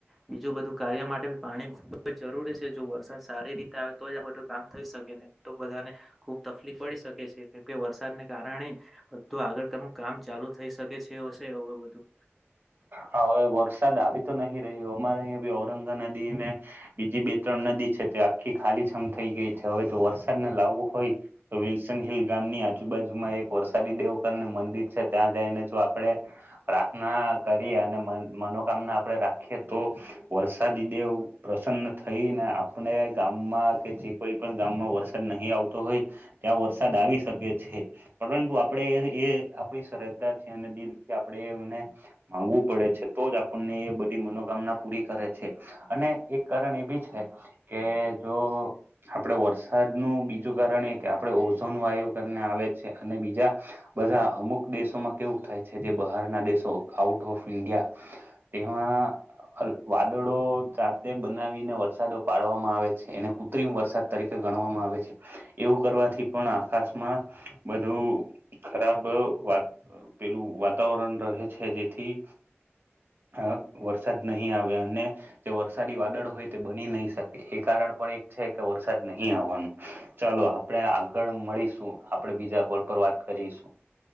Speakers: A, in the centre; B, on the right.
A: બીજું બધું કાર્ય માટે પાણી. જ જરૂરી છે જો વરસાદ સારી રીતે આવે તો જ આ બધું કામ થઈ શકે નહી તો બધા‌ને ખુબ તકલીફ પડી શકે. કે છે કેમકે વરસાદને કારણે બધું આગળનું કામ ચાલુ થઈ શકે છે હશે બધું.
B: હાવે વરસાદ આવી તો નહી રહ્યો અમારે અહીંયા બી ઔરંગા નદી ને બીજી બે ત્રણ નદી છે તે આખી ખાલી જમ થઈ ગઈ છે હવે જો વરસાદ ને લાવવો હોય તો વિલ્સન હિલ ગામની આજુ જ બાજુમાં એક વરસાદી દેવકર ને મંદિર છે ત્યાં જઈને જો આપડે પ્રાર્થના કરીએ અને મનોકામના આપડે રાખીએ તો વરસાદી દેવું પ્રસન્ન થઈ ને આપણે ગામમાં કે જે કોઈ પણ ગામમાં વરસાદી નહી આવતો હોય ત્યાં વરસાદ આવી શકે છે પરંતુ આપણે એ આપણી સર અને દિલથી આપડે એમને માંગવું પડે છે તો જ આપણને એ બધી મનોકામના પૂરી કરે છે અને એક કારણ એ બી છે કે જો આપડે વર્ષ વરસાદ નું બીજું કારણ એ કે આપણે ઓઝોન વાયુ કરીને આવે છે અને બીજા બધા અમુક દેશોમાં કેવું થાય છે જે બહાર ના દેશો આઉટ ઓફ ઇન્ડિયા તેમાં વાદળો જાતે બનાવીને વરસાદો પાડવામાં આવે છે એને કૃત્રિમ વરસાદ તરીકે ગણવામાં આવે છે એવું કરવાથી પણ આકાશમાં બધું ખરાબ વાત પેલું વાતાવરણ રહે છે જેથી અ વરસાદ નહીં આવે અને જે વરસાદી વાદળ હોય તે બની નહી શકે એ કારણ પણ એક છે કે વરસાદ નહી આવવાનું ચાલો આપણેે આગળ મળીશું આપડે બીજા કોલ પર વાત કરીશું.